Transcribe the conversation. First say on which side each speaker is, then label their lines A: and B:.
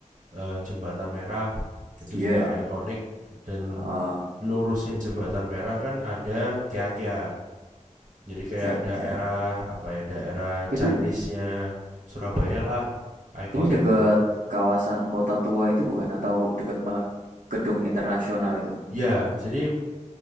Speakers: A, on the right; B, on the right.
A: eh, Jembatan Merah. Itu
B: iya,
A: juga ikonik dan
B: heeh,
A: lurusnya Jembatan Merah kan ada Kia-Kia. Jadi kayak
B: Jogja.
A: daerah apa ya daerah Chinese-nya
B: Itu
A: Surabaya lah. Ikonik
B: ini dekat
A: tuh.
B: kawasan kota tua itu bukan atau dekat malah gedung internasional itu?
A: Ya, jadi